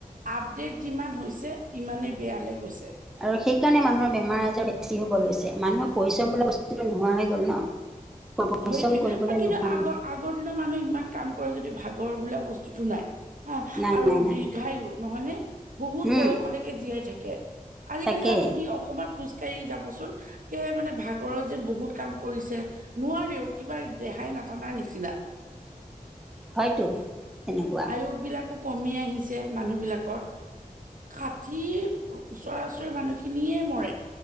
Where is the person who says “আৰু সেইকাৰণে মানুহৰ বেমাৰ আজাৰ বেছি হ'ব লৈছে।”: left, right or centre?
Centre